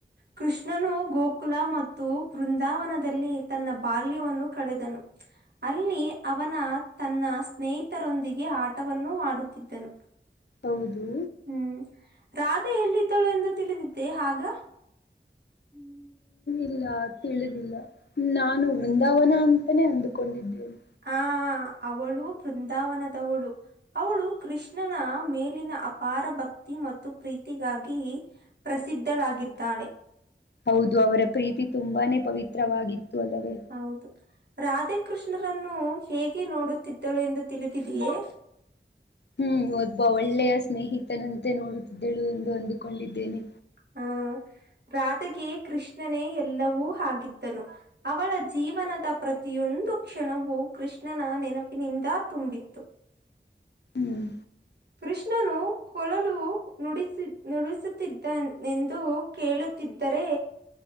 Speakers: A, on the right (about 65°); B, on the left (about 70°).
A: ಕೃಷ್ಣನು ಗೋಕುಲ ಮತ್ತು ಬೃಂದಾವನದಲ್ಲಿ ತನ್ನ ಬಾಲ್ಯವನ್ನು ಕ ಳೆದನು. ಅಲ್ಲಿ ಅವನ ತನ್ನ ಸ್ನೇಹಿತರೊಂದಿಗೆ ಆಟವನ್ನೂ ಆಡುತ್ತಿದ್ದನು.
B: ಹೌದು
A: ಹ್ಮ್ ರಾಧೆ ಎಲ್ಲಿದ್ದಳು ಎಂದು ತಿಳಿದಿದ್ದೆ ಆಗ? ಹ್ಮ್
B: ಇಲ್ಲ ತಿಳಿದಿಲ್ಲ ನಾನು ವೃಂದಾವನ ಅಂತಾನೇ ಅಂದಕೊಂಡಿದ್ದೇನೆ.
A: ಹ ಅವಳು ಬೃಂದಾವನದವಳು ಅವಳು ಕೃಷ್ಣನ ಮೇಲಿನ ಅಪಾರ ಭಕ್ತಿ ಮತ್ತು ಪ್ರೀತಿಗಾಗಿ ಪ್ರಸಿದ್ಧಳಾಗಿದ್ದಾಳೆ.
B: ಹೌದು ಅವರ ಪ್ರೀತಿ ತುಂಬಾನೇ ಪವಿತ್ರವಾಗಿತ್ತು ಅಲ್ಲವೇ
A: ಹೌದು ರಾಧಾ ಕೃಷ್ಣರನ್ನು ಹೇಗೆ ನೋಡುತ್ತಿದ್ದಳು ಎಂದು ತಿಳಿದಿದೆಯೇ
B: ಹ್ಮ್ ಒಬ್ಬ ಒಳ್ಳೆಯ ಸ್ನೇಹಿತನಂತೆ ನೋಡುತ್ತಿದ್ದಳು ಒಂದು ಅಂದುಕೊಂಡಿದ್ದೇನೆ
A: ಹಾ ರಾಧೆಗೆ ಕೃಷ್ಣನೇ ಎಲ್ಲವೂ ಆಗಿದ್ದನು ಅವಳ ಜೀವನದ ಪ್ರತಿಯೊ ಒಂದು ಕ್ಷಣವೂ ಕೃಷ್ಣನ ನೆನಪಿನಿಂದ ತುಂಬಿತ್ತು
B: ಹ್ಮ್
A: ಕೃಷ್ಣನು ಕೊಲಲು ನುಡಿಸಿ ನುಡಿಸುತ್ತಿದ್ದ ಎಂದು ಕೇಳಿ ರೆ